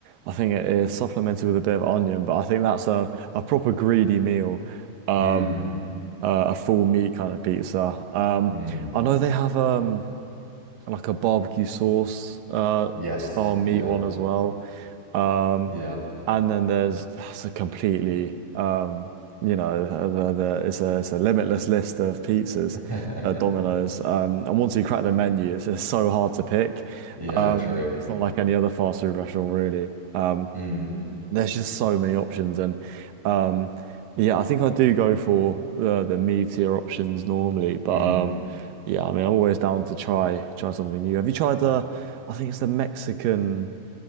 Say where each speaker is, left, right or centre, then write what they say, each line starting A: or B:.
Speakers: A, on the right; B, in the centre.
A: I think it is supplemented with a bit of onion. But I think that's a a proper greedy meal. Um,
B: Mm,
A: uh, a full meat kind of pizza. Um,
B: mm.
A: I know they have um like a barbecue sauce uh
B: Yes.
A: style meat
B: Yeah.
A: one as well. Um,
B: Yeah.
A: and then there's that's a completely um you know uh, the, the, it's a it's a limitless list of pizzas
B: <laughs>
A: at Domino's. Um, and once you crack the menu, it's, it's so hard to pick.
B: Yeah,
A: Um,
B: true.
A: it's not like any other fast food restaurant really. Um,
B: Mm,
A: there's just so many options, and um, yeah, I think I do go for uh, the mid tier options normally, but
B: mm.
A: um, yeah, I mean, I'm always down to try try something new. Have you tried the? I think it's the Mexican